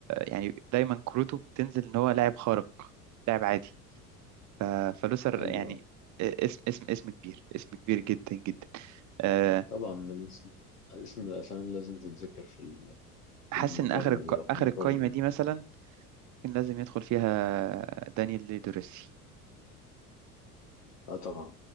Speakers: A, on the right; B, on the left.
A: يعني دايما كروته بتنزل ان هو لاعب خارق لاعب عادي ف- فلوسر
B: ايوه
A: يعني
B: ايوه
A: اسم اسم اسم كبير اسم كبير جدا جدا آه،
B: طبعا من الاسم اسم الاسامي اللي لازم تتذكر في ال-
A: حاسس
B: في المقارنة
A: ان اخر الق-
B: دي او في
A: اخر
B: النقاش
A: القايمه
B: ده
A: دي مثلا كان لازم يدخل فيها دانيال دوريسي
B: اه طبعا